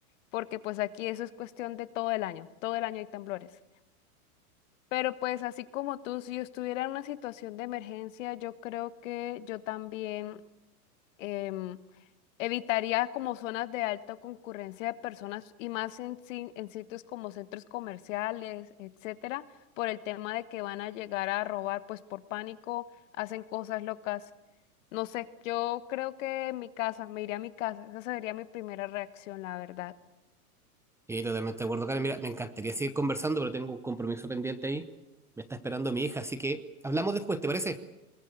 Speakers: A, on the left; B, in the centre.
A: porque pues aquí eso es cuestión de todo el año, todo el año hay temblores. Pero pues así como tú, si yo estuviera en una situación de emergencia, yo creo que yo también em, evitaría como zonas de alta concurrencia de personas y más en, si- en sitios como centros comerciales, etcétera, por el tema de que van a llegar a robar, pues por pánico hacen cosas locas. No sé, yo creo que en mi casa, me iría a mi casa. Esa sería mi primera reacción, la verdad.
B: Sí, totalmente de acuerdo, Karen. Mira, me encantaría seguir conversando, pero tengo un compromiso pendiente ahí. Me está esperando mi hija, así que hablamos después, ¿te parece?